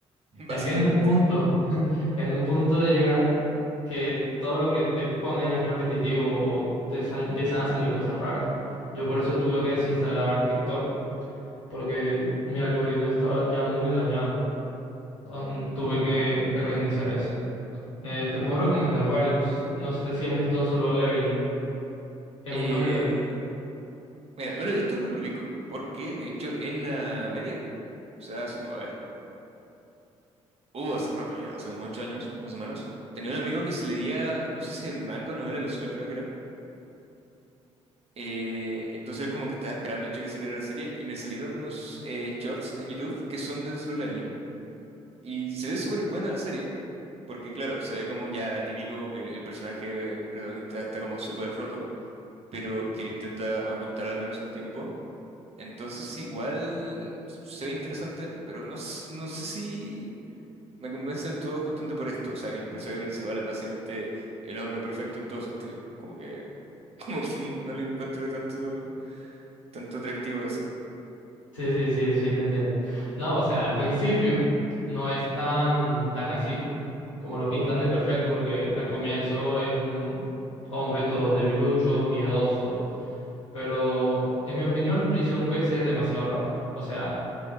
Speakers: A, on the right; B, on the left.
A: <laughs>
B: Es
A: básicamente.
B: que en un punto, en un punto llega que todo lo que te ponen es repetitivo o te sale- empiezan a salir cosas raras. Yo por eso tuve que desinstalar TikTok, porque mi algoritmo estaba ya muy dañado. Um, tuve que, que reiniciar eso. Eh, te puedo recomendar varios. No sé si has visto Solo Leveling. Es
A: Eh,
B: uno que te...
A: mira, no lo he visto por lo ubico, porque de hecho en la media O sea, hace como, a ver, uh, hace rato ya, hace como ocho años, más o menos. Tenía un amigo que se leía, no sé si el manga o novela visual, creo que era. Eh, entonces él como que estaba esperando, de hecho, que saliera la serie y me salieron unos eh, shorts en YouTube que son de Solo Leveling. Y se ve súper buena la serie, porque claro, se ve como ya típico que el personaje protagonista está como súper roto, pero que lo intenta ocultar al menos un tiempo. Entonces igual se ve interesante, pero no, s- no sé si... Me convence del todo justamente por esto, o sea, que el personaje principal es básicamente el hombre perfecto en todo sentido. Como que, <laughs> como que no le encuentro tanto, tanto atractivo a eso.
B: Sí, sí, sí, sí, te entiendo. No, o sea, al principio no es tan, tan así como lo pintan de perfecto, porque al comienzo es un hombre todo debilucho, miedoso, pero en mi opinión lo hicieron crecer demasiado rápido. O sea,